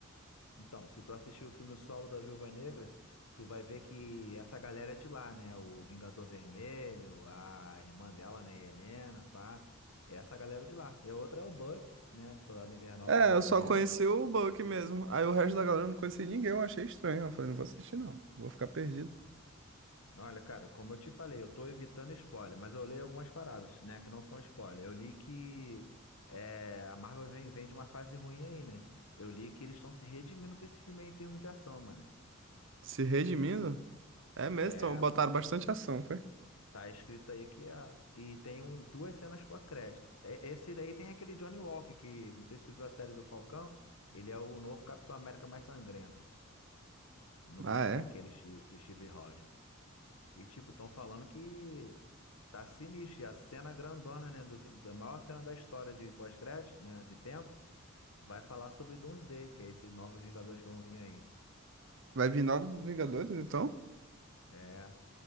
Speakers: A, on the left; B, on the right.
A: Então, se tu assistir o filme solo da Viúva Negra, tu vai ver que essa galera é de lá, né? O Vingador Vermelho, a irmã dela, né? Helena, pá. É essa galera de lá. E a outra é o Buck, né? Soldado Invernal,
B: É,
A: tu já
B: eu
A: conhece.
B: só conheci o Buck mesmo. Aí o resto da galera eu não conhecia ninguém, eu achei estranho. Eu falei, não vou assistir não, vou ficar perdido.
A: Olha, cara, como eu te falei, eu tô evitando spoiler, mas eu leio algumas paradas, né, que não são spoiler. Eu li que é, a Marvel vem, vem de uma fase ruim aí, né? Eu li que eles estão se redimindo com esse filme aí em termos de ação, mano.
B: Se redimindo? É mesmo,
A: É,
B: então botaram bastante ação, foi?
A: Tá escrito aí que a... e tem um, duas cenas pós-crédito. E- Esse daí tem aquele Johnny Walker que, não sei se tu viu a série do Falcão, ele é o novo Capitão América mais sangrento, no lugar
B: Ah, é.
A: daquele Steve- do Steve Rogers. E tipo, estão falando que tá sinistro, e a cena grandona, né, do, da maior cena da história de pós-crédito, né, de tempo, vai falar sobre Doomsday, que é esses novos Vingadores que vão vir aí.
B: Vai vir novos Vingadores, então?
A: É,